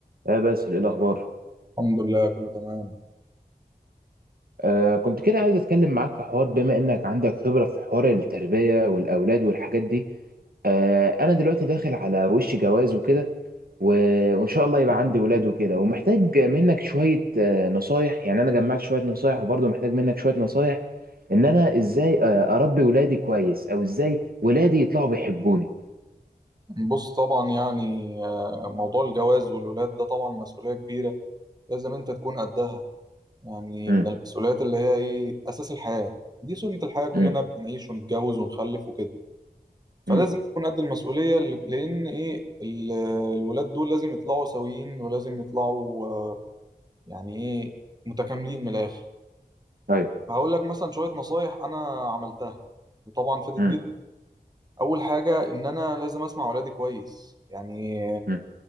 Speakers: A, on the right; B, on the right.
A: اه بس الاخبار
B: الحمد لله كله تمام
A: آه كنت كده عايز اتكلم معاك في حوار بما انك عندك خبره في حوار التربيه والاولاد والحاجات دي آه انا دلوقتي داخل على وش جواز وكده و... وان شاء الله يبقى عندي ولاد وكده ومحتاج منك شويه آه نصايح يعني انا جمعت شويه نصايح وبرضه محتاج منك شويه نصايح ان انا ازاي آه اربي ولادي كويس او ازاي ولادي يطلعوا بيحبوني
B: بص طبعا يعني آه، موضوع الجواز والولاد ده طبعا مسؤولية كبيرة لازم انت تكون قدها يعني
A: امم
B: من المسؤوليات اللي هي ايه اساس الحياة دي سنة الحياة كلنا
A: امم
B: بنعيش ونتجوز ونخلف وكده فلازم
A: امم
B: تكون قد المسؤولية ل- لان ايه ال- الولاد دول لازم يطلعوا سويين ولازم يطلعوا آه، يعني ايه متكاملين من الاخر
A: ايوه
B: فهقول لك مثلا شوية نصايح انا عملتها وطبعا فادت
A: امم
B: جدا اول حاجة ان انا لازم اسمع ولادي كويس يعني
A: امم